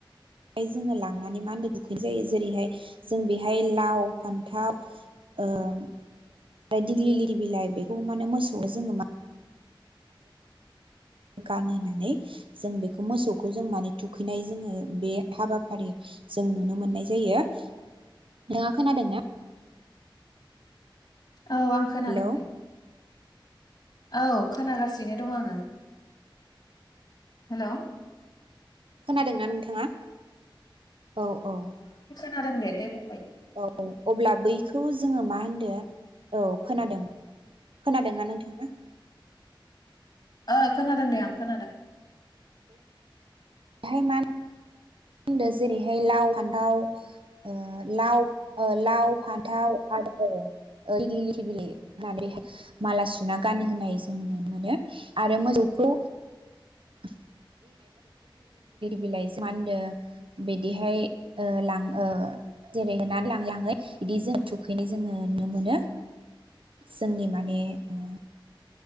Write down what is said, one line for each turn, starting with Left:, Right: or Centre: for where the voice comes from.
Right: बेहाय जोंङो लांनानै मा होनो दुखैनाय जायो जेरैहाय जों बेहाय लाव फान्थाव ओ ओमफ्राय दिग्लि लिति बिलाइ बेखौ माने मोसौनो जोंङो मा गानहानै जों बेखौ मोसौखौ जों माने थुखैनाय जोंङो बे हाबाफारि जों नुनो मोननाय जायो। नोंथांआ खोनादों ना?
Left: औ आं खोनादों
Right: हेलौ
Left: दे। औ खोनागासिनो दं आंङो। हेल'
Right: खोनादोंना नोंथांङा? औ औ
Left: खोनादों दे, दे बुं
Right: औ अब्ला बैखौ जोंङो मा होनदो? औ खोनादों खोनादोंना नोंथांङा?
Left: ओ खोनादों दे आं खोनादों।
Right: दाहाय मान मा होनदों जेरैहाय लाव फान्थाव ओ लाव ओ‌ लाव फान्थाव आ ओ दिग्लिलिति बिलाइ होननानै माला सुना गानो होननाय जों नुनो मोनो आरो मोसौखौ <unintelligible> बिलाइजों मा होनदो बिदिहाय ओ लां ओ होनानै लाङै लाङै बिदि जोंङो थुखैनाय जोंङो नुनो मोनो। जोंनि माने ओ